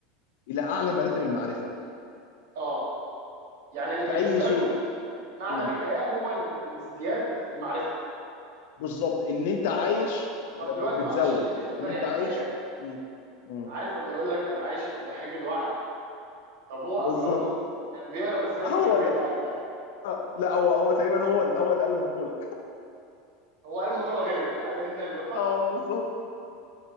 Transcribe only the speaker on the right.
اه يعني اللي بالنسبه
له معنى
الحياه هو ال... الازدياد في المعرفه
طب طب
دلوقتي
معلش انا جه في دماغي
حاجه
عارف لما يقول لك انا عايش في جحيم الوعي طب هو
افلاطون كان بيهرب ازاي
من جحيم
الوعي ده
هو قال مقوله وهرب عارف انت اللي هو